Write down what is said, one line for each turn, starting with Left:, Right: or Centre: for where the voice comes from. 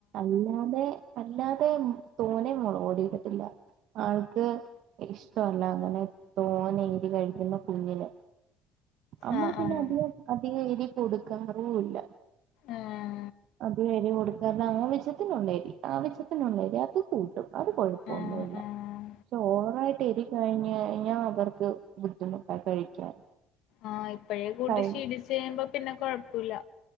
Right: അല്ലാതെ അല്ലാതെ തോനേ മൊളക് പൊടി ഇടത്തില്ല ആൾക്ക് ഇഷ്ടവല്ല അങ്ങനെ തോനേരിവ് കഴിക്കുന്നെ കുഞ്ഞിന് നമ്മള്
Left: ആഹ്
Right: പിന്നെ
Left: ആഹ്
Right: അധിക അധികം എരി കൊടുക്കാറും ഇല്ല
Left: ആഹ്
Right: അധികം എരിവ് കൊടുക് കാരണം ആവശ്യത്തിനുണ്ടെരി ആവശ്യത്തിനുണ്ടെരി അത് കൂട്ടും അത് കൊഴപ്പൊന്നുല്ല
Left: ആഹ് ആഹ് ആഹ്
Right: പക്ഷെ ഓവറായിട്ട് എരി കഴിഞ്ഞഴിഞ്ഞാ അവർക്ക് ബുദ്ധിമുട്ടാ കഴിക്കാൻ
Left: ആഹ് ഇപ്പഴേ കൂട്ടി
Right: കഴി
Left: ശീലിച്ച് കഴിയുമ്പോ പിന്നെ കൊഴപ്പില്ല